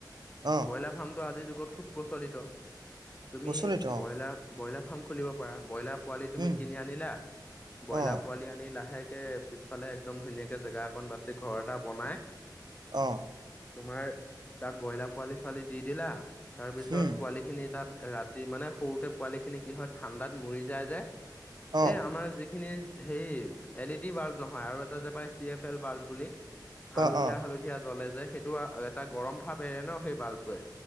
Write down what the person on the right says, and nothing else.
অ',
প্ৰচলিত
অ',
উম,
অ',
অ'!
উম,
অ',
অ', অ',